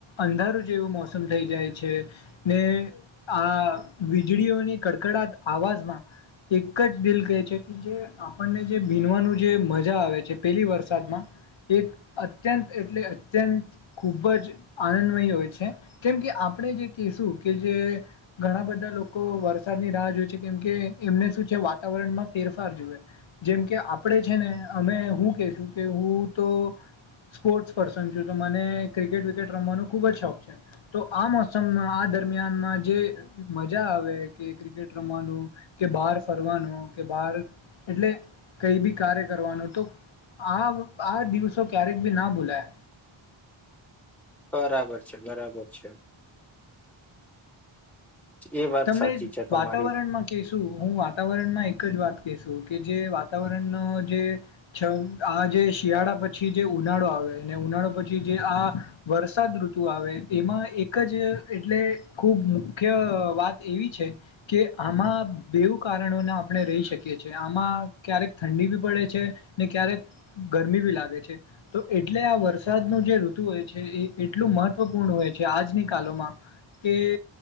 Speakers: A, on the left; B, in the centre.
A: અંધારું જેવું મોસમ થઈ જાય છે. ને આ વીજળીઓની કડકડાટ અવાજમાં એક જ દિલ કહે છે કે જે આપણને જે ભીનવાનું જે મજા આવે છે પેલી વરસાદમાં એક અત્યંત એટલે અત્યંત ખૂબ જ આનંદમય હોય છે કેમ કે આપણે જે કે શું કે જે ઘણા બધા લોકો વરસાદની રાહ જોય છે કેમ કે એમને શું છે વાતાવરણ ફેરફાર જુએ જેમ કે આપણે છે ને અમે હું કેશું કે હું તો સ્પોર્ટ્સ પર્સન છું તો મને ક્રિકેટ વિકેટ રમવાનો ખુબ જ શોખ છે તો આ મોષ સ આ દરમિયાનમાં જે મજા આવે કે ક્રિકેટ રમવાનું કે બહાર ફરવાનું કે બાર એટલે કઈબી કાર્ય કરવાનું તો આ આ દિવસો ક્યારેક ભી ના ભૂલાય.
B: બરાબર છે બરાબર છે. એ વાત
A: તમને
B: સાચી છે તમારી
A: વાતાવરણમાં કેશું હું વાતાવરણમાં એક એક જ વાત કેશું કે જે વાતાવરણનો જે છે આ જે શિયાળા પછી જે ઉનાળો આવે અને ઉનાળો પછી જે આ વરસાદ ઋતુ આવે એમાં એક જ એટલે ખૂબ મુખ્ય વાત એવી છે કે આમાં બેવું કારણોને આપણે રહી શકીએ છીએ આમાં ક્યારેક ઠંડી ઠંડી બી પડે છે ને ક્યારેક ગરમી ભી લાગે છે તો એટલે આ વરસાદ ન જે ઋતુ એ એટલું મહત્વપૂર્ણ હોય છે આજની કાલમાં કે